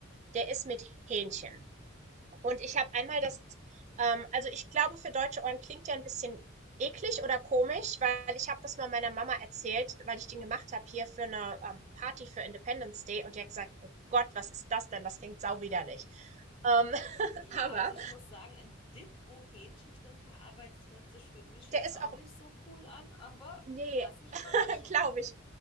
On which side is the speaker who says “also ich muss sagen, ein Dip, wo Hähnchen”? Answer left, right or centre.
Left